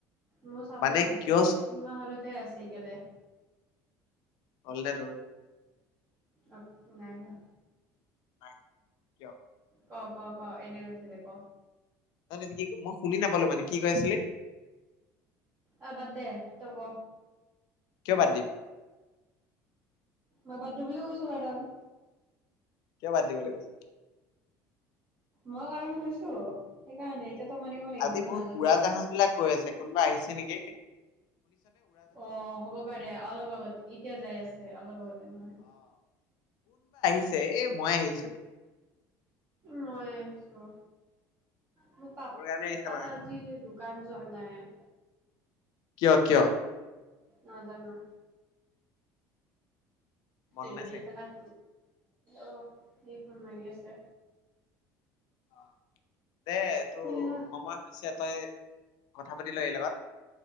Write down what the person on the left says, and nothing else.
মানে
কিয়
হল নে তোৰ?
নাই কিয়
ত কি মই শুনি নাপালো মানে কি কৈ আছিলে
কিয় বাদ দিম
কিয় বাদ দিব লাগিব
আজি
বহুত
উৰা জাহাজ বিলাক গৈ আছে কোনোবা আহিছে নেকি এক
আছে এ মই আহিছো
কাৰণে আহিছে মানে
কিয় কিয়
মন
নাই চাগে
অ দে টো
সময় হৈছে তই কথা পাতি ল এই লগত